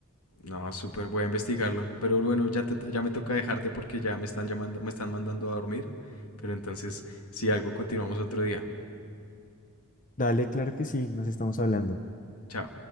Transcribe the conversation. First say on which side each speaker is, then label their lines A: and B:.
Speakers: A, on the left; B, on the left.
A: No, súper, voy a investigarlo. Pero bueno, ya, te- ya me toca dejarte porque ya me están llamando, me están mandando a dormir. Pero entonces, si algo, continuamos otro día.
B: Dale, claro que sí, nos estamos hablando.
A: Chao.